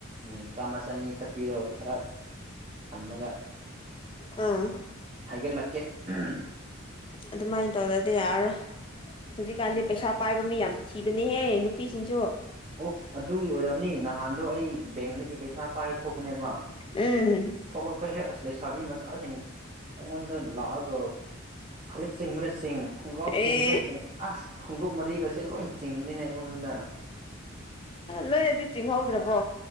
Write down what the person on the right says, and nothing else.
ꯎꯝ ꯆꯥꯝꯃ ꯆꯅꯤ ꯆꯠꯄꯤꯔꯣ ꯈꯔ ꯊꯝꯃꯒ
ꯍꯥꯏꯒꯂꯛꯀꯦ ꯎꯝ
ꯑꯣ ꯑꯗꯨꯒꯤ ꯑꯣꯏꯔꯝꯅꯤ ꯅꯍꯥꯟꯗꯣ ꯑꯩ ꯕꯦꯡꯗꯒꯤ ꯄꯩꯁꯥ ꯄꯥꯏꯔ ꯊꯣꯛꯄꯅꯦꯕ
ꯊꯣꯛꯂꯛꯄ ꯍꯦꯛ ꯑꯁ ꯂꯩꯁꯥꯕꯤ ꯃꯆꯥꯁꯤꯡ ꯑꯩꯉꯣꯟꯗ ꯂꯥꯛꯑꯒ ꯐꯨꯔꯤꯠ ꯆꯤꯡꯕꯅ ꯆꯤꯡ ꯈꯣꯡꯒ꯭ꯔꯥꯎ ꯆꯤꯡꯕꯅ
ꯆꯤꯡ ꯑꯁ ꯈꯣꯡꯎꯞ ꯃꯔꯤꯒꯁꯦ ꯂꯣꯏ ꯆꯤꯡꯕꯅꯤꯅꯦ ꯑꯩꯉꯣꯟꯅ